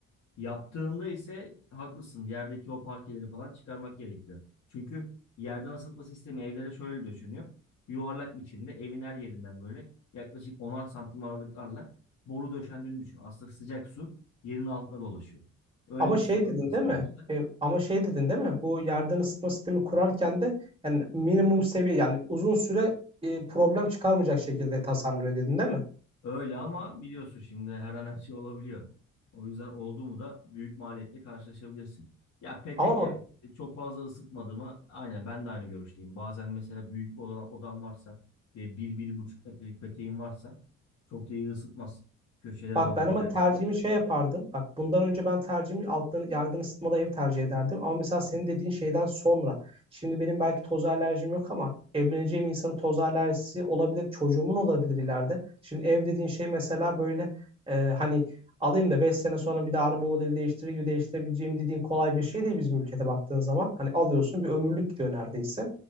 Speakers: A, on the left; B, on the right.
A: Yaptığında ise haklısın. Yerdeki o parkeleri falan çıkarmak gerekiyor. Çünkü yerden ısıtma sistemi evlere şöyle döşeniyor. Yuvarlak biçimde evin her yerinden böyle yaklaşık onar santim aralıklarla boru döşendiğini düşün. Aslında sıcak su yerin altına dolaşıyor. Öyle
B: Ama
A: bir
B: şey
A: sistem
B: dedin
A: tasarlamışlar.
B: değil mi? E, ama şey dedin değil mi? Bu yerden ısıtma sistemi kurarken de yani minimum seviye yani uzun süre e, problem çıkarmayacak şekilde tasarlanıyor dedin değil mi?
A: Öyle ama biliyorsun şimdi her an her şey olabiliyor. O yüzden oldu mu da büyük maliyetle karşılaşabilirsin. Ya petek
B: Ama
A: evet çok fazla ısıtmadı mı? Aynen ben de aynı görüşteyim. Bazen mesela büyük bir odam, odam varsa ve bir, bir buçuk metrelik peteğim varsa çok da iyi ısıtmaz. Köşelere
B: Bak
A: doğru
B: ben ama
A: özellikle.
B: tercihimi şey yapardım. Bak bundan önce ben tercihimi alttan yerden ısıtmalı ev tercih ederdim. Ama mesela senin dediğin şeyden sonra. Şimdi benim belki toz alerjim yok ama evleneceğim insanın toz alerjisi olabilir. Çocuğumun olabilir ileride. Şimdi ev dediğin şey mesela böyle e, hani alayım da 5 sene sonra bir daha araba modeli değiştirir gibi değiştirebileceğim dediğin kolay bir şey değil bizim ülkede baktığın zaman. Hani alıyorsun bir ömürlük gidiyor neredeyse.